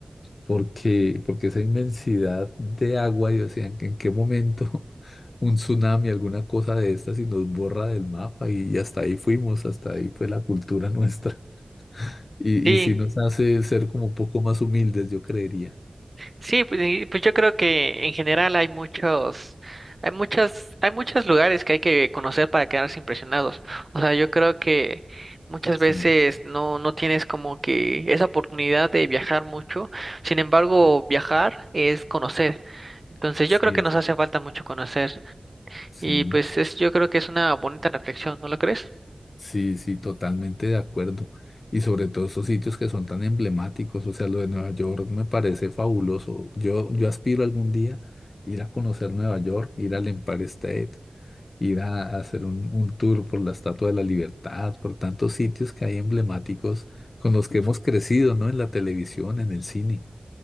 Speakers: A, on the left; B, on the right.
A: porque, porque esa inmensidad de agua, y o sea, ¿en qué momento <laughs> un tsunami, alguna cosa de estas, y nos borra del mapa? Y, y hasta ahí fuimos, hasta ahí fue la cultura <laughs> nuestra. Y,
B: Sí.
A: y sí nos hace ser como un poco más humildes, yo creería.
B: Sí, pues, y- pues yo creo que en general hay muchos, hay muchas, hay muchos lugares que hay que conocer para quedarse impresionados. O sea, yo creo que muchas
A: Sí,
B: veces no, no tienes como que esa oportunidad de viajar mucho. Sin embargo,
A: sí,
B: viajar es conocer. Entonces
A: sí,
B: yo creo que
A: es-
B: nos hace falta mucho conocer.
A: sí,
B: Y pues es, yo creo que es una bonita reflexión, ¿no lo crees?
A: sí, sí, totalmente de acuerdo. Y sobre todo esos sitios que son tan emblemáticos, o sea, lo de Nueva York me parece fabuloso. Yo, yo aspiro algún día ir a conocer Nueva York, ir al Empire State ir a, a hacer un, un tour por la Estatua de la Libertad, por tantos sitios que hay emblemáticos con los que hemos crecido, ¿no? En la televisión, en el cine.